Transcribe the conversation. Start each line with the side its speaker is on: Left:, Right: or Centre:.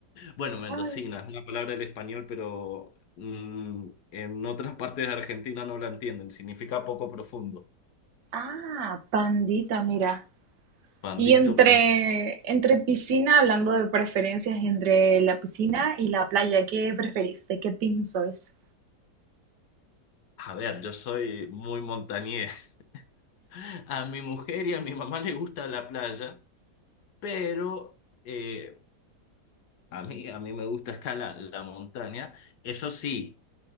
Left: Bueno, mendocina
Right: Ay,
Left: es una palabra del español, pero mm, en otras partes de Argentina no la entienden. Significa poco profundo.
Right: Ah, pandita, mira.
Left: Pandito,
Right: Y entre,
Left: pandito.
Right: entre piscina, hablando de preferencias entre la piscina y la playa, ¿qué preferís? ¿De qué team sois?
Left: A ver, yo soy muy montañés. <laughs> A mi mujer y a mi mamá le gusta la playa, pero eh, a mí, a mí me gusta escalar la montaña. Eso sí,